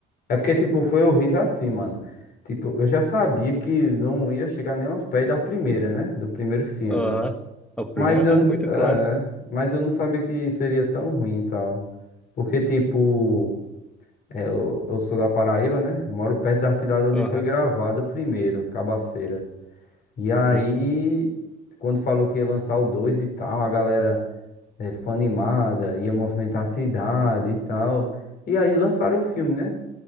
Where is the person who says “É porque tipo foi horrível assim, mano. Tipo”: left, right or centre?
Left